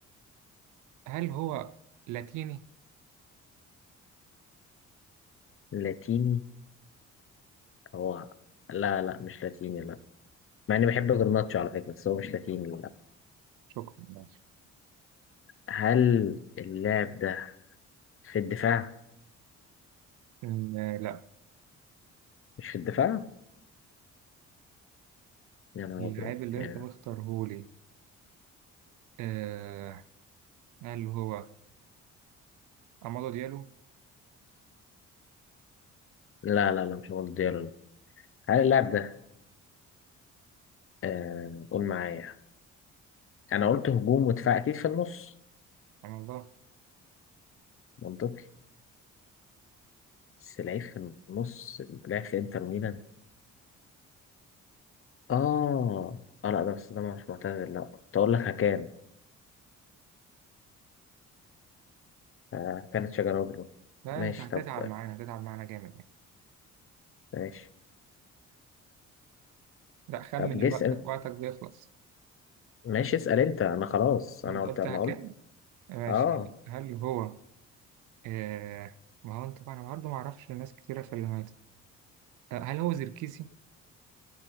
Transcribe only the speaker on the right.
هل هو لاتيني؟
شكرا ماشي
م- آه، لا
اللاعب
اللي
أنت مختاره لي آه هل هو أمادو ديالو؟
سبحان الله
لا
أنت هتتعب
معانا هتتعب معانا جامد يعني
لا خمن
وقتك وقتك بيخلص
أنت
قلتها
كام؟
ماشي
هل هو آه ما هو انت بقى انا برضه ما اعرفش ناس كتيره في اللي هات. آه هل هو زركيسي